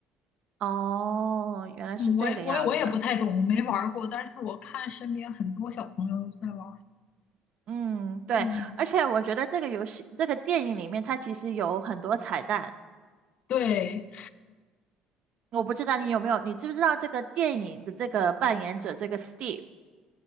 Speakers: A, on the right; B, on the left.
A: 哦，原来是这个样子。
B: 嗯，我也我也我也不太懂，我没玩儿过，但是我看身边很多小朋友都在玩儿
A: 嗯，对，
B: 嗯，
A: 而且我觉得这个游戏、这个电影里面，它其实有很多彩蛋。
B: 对。
A: 我不知道你有没有，你知不知道这个电影的这个扮演者，这个 Steve，